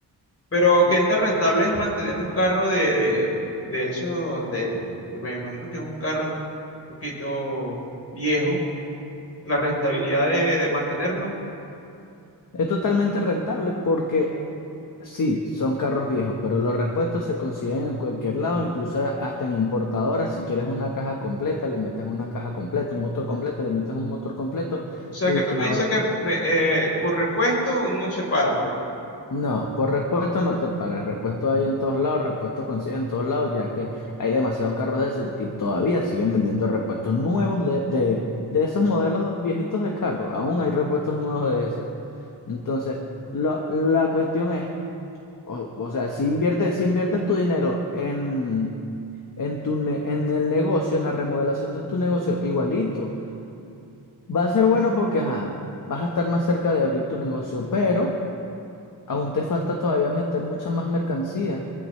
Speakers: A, on the left; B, on the left.
A: Pero
B: En-
A: qué tan rentable es mantener un carro de, de, de esos. De, me imagino que es un carro un poquito viejo. La rentabilidad de, de mantenerlo.
B: Es totalmente rentable porque sí, son carros viejos, pero los repuestos se consiguen en cualquier lado, incluso hasta en importadoras. Si quieres una caja completa, le metes una caja completa, un motor completo, le metes un motor completo
A: O sea
B: y
A: que
B: te
A: tú me
B: ahorras.
A: dices que me- eh, por repuesto uno se para, pues.
B: No, por repuesto no te pares. Repuesto hay en todos lados, repuesto consigue en todos lados, ya que hay demasiados carros de esos y todavía siguen vendiendo repuestos nuevos de, de, de esos modelos viejitos de carro. Aún hay repuestos nuevos de esos. Entonces, lo- la cuestión es, o, o sea, si inviertes, si inviertes tu dinero en, en, tu ne- en el negocio, en la remodelación de tu negocio, igualito, va a ser bueno porque ajá, vas a estar más cerca de abrir tu negocio, pero aún te falta todavía meter mucha más mercancía.